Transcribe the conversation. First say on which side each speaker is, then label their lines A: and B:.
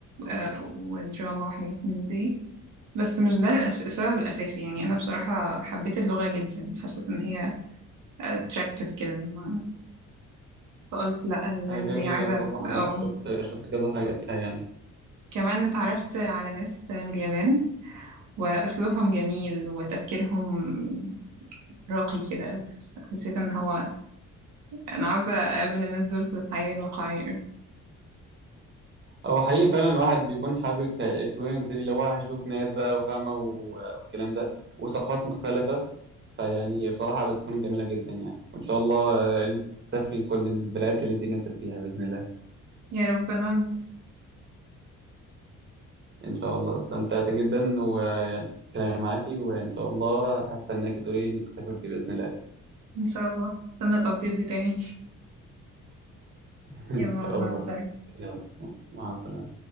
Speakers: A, on the right; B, on the right.
A: آه ودراما وحاجات من دي بس مش ده الأس... السبب الأساسي يعني أنا بصراحة حبيت اللغة جدا حسيت إن هي attractive كده ما... فقلت لأ اليابان
B: آه، جميلة
A: دي عايزة
B: بصراحة
A: اه
B: شفت شفت كذا حاجة فيها يعني
A: كمان اتعرفت على ناس من اليابان وأسلوبهم جميل وتفكيرهم راقي كده حس- حسيت إن هو أنا عاوزة أقابل الناس دول في الحياة الواقعية
B: هو حقيقي فعلا الواحد بيكون حابب الاكسبيرينس دي اللي هو هيشوف ناس بقى وفاهمة و- والكلام ده وثقافات مختلفة فيعني بصراحة بتكون جميلة جدا يعني وإن شاء الله آه، تسافري كل البلاد اللي انت نفسك فيها بإذن الله
A: يا رب أنا وإنت.
B: ان شاء الله استمتعت جدا ويعني كلامي معاكي وان شاء الله هستناك تقولي لي انك سافرتي باذن الله
A: إن شاء الله استنى الأبديت بتاعي
B: <laughs> ان
A: يلا
B: شاء
A: مع
B: الله
A: السلامة
B: يلا مع السلامه